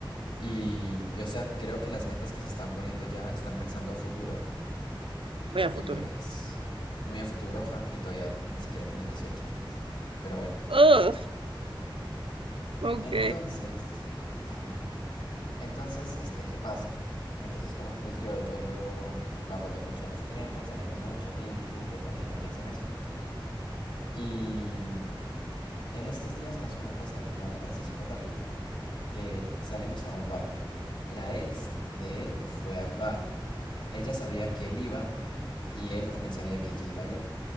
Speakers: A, on the left (about 80°); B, on the right (about 85°).
A: Y, y, o sea, creo que las metas que se están poniendo ya están pensando a futuro
B: Voy a futuro.
A: y pues muy a futuro, ajá, y todavía ni siquiera tienen dieciocho Pero bueno.
B: Ugh, ok.
A: Entonces, <laughs> Entonces, este, ¿qué pasa? Entonces, como que pues yo, yo lo, lo apoyé mucho en ese tiempo, salimos mucho, tinque, tinque, para que no piense en eso. Y en estos días pasó una cosa, te la voy a contar así súper rápido, que salimos a un bar. La ex de él fue al bar. Ella sabía que él iba y él también sabía que ella iba a ir